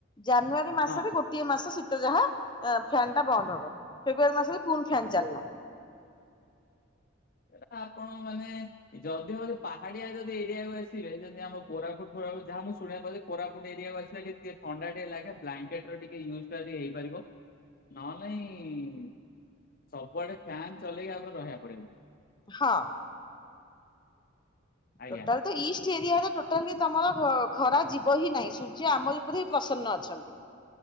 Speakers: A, on the left; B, on the left.
A: ଜାନୁଆରୀ ମାସରେ
B: ହଁ
A: ଗୋଟିଏ ମାସ ଶୀତ ଯାହା ଫ୍ୟାନ ଟା ବନ୍ଦ ହବ ଫେବୃୟାରୀ ମାସରେ ପୁଣି ଫ୍ୟାନ ଚାଲିଲା।
B: ଏଟା ଆପଣ ମାନେ ଯଦିଓ ପାହାଡିଆ ଯଦି ଏରିଆକୁ ଆସିବେ ଯଦି ଆମ କୋରାପୁଟ୍ ଫୋରା ପୁ ଯହା ମୁଁ ଶୁଣିଆକୁ କୋରାପୁଟ୍ ଏରିଆକୁ ଆସିଲେ ଯେ ଥଣ୍ଡା ଟିଏ ଲାଗେ ବ୍ଲାଙ୍କେଟର ଟିକେ ୟୁ ହେଇପାରିବ ନହେ ନାଇଁ ସବୁଆଡେ ଫ୍ୟାନ ଚଲେଇକି ଆମର ରହିବା ପଡିବ।
A: ହଁ।
B: ଆଜ୍ଞା
A: ଟୋଟଲ ତ ଇଷ୍ଟ ଏରିଆ ରେ ଅଟ ବି ତମର ଖରା ଯିବ ହିଁ ନାହିଁ ସୂର୍ଯ୍ୟ ଆମରି ଉପରେ ହି ପ୍ରସନ୍ନ ଅଛନ୍ତି।